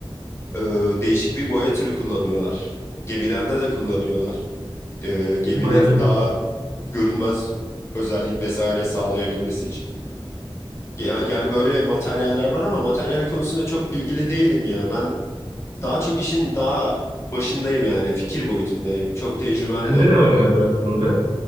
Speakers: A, on the left; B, on the right.
A: e, değişik bir boya türü kullanıyorlar. Gemilerde de kullanıyorlar. E, geminin
B: Boya türü.
A: daha görünmez özellik vesaire sağlayabilmesi için. Ya- Yani, böyle materyaller var ama materyal konusunda çok bilgili değilim ya. Ben daha çok işin daha başındayım yani fikir boyutundayım. Çok tecrübem
B: Sende
A: de yok.
B: ne var abi aklında?